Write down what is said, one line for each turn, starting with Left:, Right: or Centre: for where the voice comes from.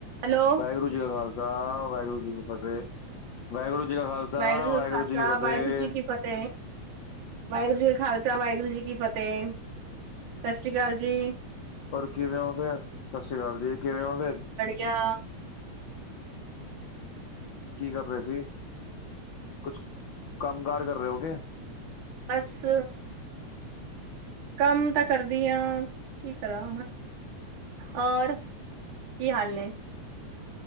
Right: Hello
Left: Waheguru ji ਕਾ ਖਾਲਸਾ, ਵਾਹੇਗੁਰੂ ਜੀ ਕੀ ਫਤੇਹ। ਵਾਹੇਗੁਰੂ ਜੀ ਕਾ ਖਾਲਸਾ
Right: ਵਾਹੇਗੁਰੂ
Left: ਵਾਹਿਗੁਰੂ
Right: ਜੀ ਕਾ ਖਾਲਸਾ,
Left: ਕੀ ਫਤਿਹ
Right: ਵਾਹਿਗੁਰੂ ਜੀ ਕੀ ਫਤੇਹ। ਵਾਹੇਗੁਰੂ ਜੀ ਕਾ ਖਾਲਸਾ, ਵਾਹੇਗੁਰੂ ਜੀ ਕੀ ਫਤੇਹ। ਸਤਿ ਸ਼੍ਰੀ ਅਕਾਲ ਜੀ।
Left: ਹੋਰ ਕਿਵੇਂ ੳ ਫੇਰ? ਸਤਿ ਸ੍ਰੀ ਅਕਾਲ ਜੀ। ਕਿਵੇਂ ੳ ਫੇਰ?
Right: ਬੜੀਆ।
Left: ਕੀ ਕਰ ਰਹੇ ਸੀ ਕੁਛ ਕੰਮ ਕਾਰ ਕਰ ਰਹੇ ਹੋ ਗਏ
Right: ਬੱਸ ਕੰਮ ਤਾਂ ਕਰਦੀ ਆਂ, ਕੀ ਕਰਾਂ? ਔਰ ਕੀ ਹਾਲ ਨੇ